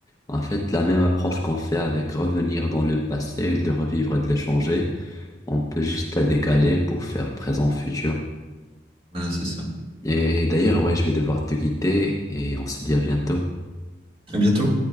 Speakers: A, on the left (about 20°); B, on the right (about 30°).
A: En fait, la même approche qu'on fait avec revenir dans le passé, de le revivre et de le changer, on peut juste la décaler pour faire présent, futur.
B: Voilà, c'est ça.
A: Et d'ailleurs, ouais, je vais devoir te quitter et on se dit à bientôt.
B: À bientôt.